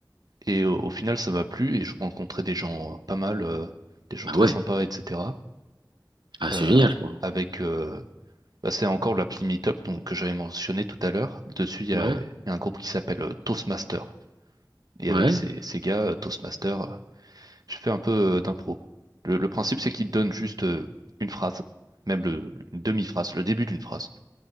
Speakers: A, on the right; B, on the right.
A: Et au, au final, ça m'a plu et je rencontrais des gens pas mal, euh, des gens
B: ah
A: très
B: ouais,
A: sympas, etc.
B: ah
A: Euh,
B: c'est génial quoi.
A: avec euh, bah, c'est encore l'appli Meetup donc que j'avais mentionné tout à l'heure. Dessus, il y
B: Ouais,
A: a, il y a un groupe qui s'appelle euh, Toastmaster. Et
B: ouais,
A: avec ces, ces gars, euh, Toastmaster. euh, Je fais un peu euh, d'impro. Le, le principe, c'est qu'il te donne juste euh, une phrase, même le, une demi-phrase, le début d'une phrase.